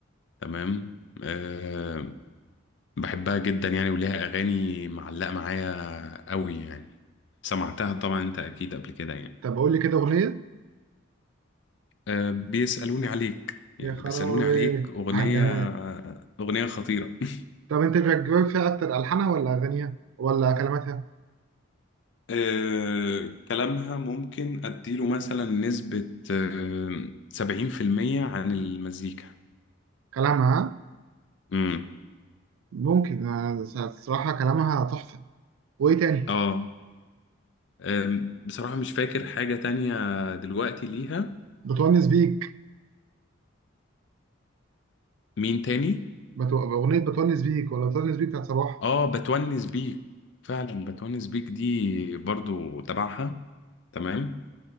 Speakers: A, on the left; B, on the right.
A: تمام آه بحبها جدا يعني وليها اغاني معلقة معايا قوي يعني سمعتها طبعا انت اكيد قبل كده يعني
B: طب قول لي كده اغنيه
A: آه، بيسألوني عليك يعني
B: يا خرابي
A: بيسألوني عليك أغنية
B: على الجمال
A: أغنية خطيرة <laughs>
B: طب انت بيعجبك فيها اكتر الحانها ولا اغانيها ولا كلماتها
A: آه، كلامها ممكن أديله مثلا نسبة آه، سبعين في المية عن المزيكا
B: كلامها ها؟
A: امم
B: ممكن آه، الصراحة كلامها تحفة وإيه تاني؟
A: اه آم، بصراحة مش فاكر حاجة تانية دلوقتي ليها
B: بتونس بيك
A: مين تاني؟
B: بتو... أغنية بتونس بيك ولا بتونس بيك بتاعت صباح
A: اه بتونس بيك فعلا بتونس بيك دي برضو تبعها تمام